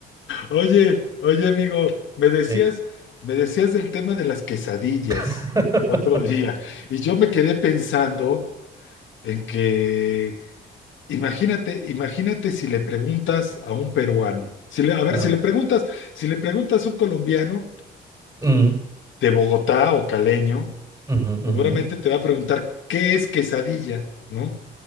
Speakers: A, on the left; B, on the right.
A: Oye, oye, amigo, me decías,
B: Sí.
A: me decías del tema de las quesadillas
B: <laughs>
A: el otro día, y yo me quedé pensando en que, imagínate, imagínate si le preguntas a un peruano, si le- a ver,
B: Ah.
A: si le preguntas, si le preguntas a un colombiano
B: Mm,
A: de Bogotá o caleño,
B: ujú, ujú.
A: seguramente te va a preguntar qué es quesadilla, ¿no?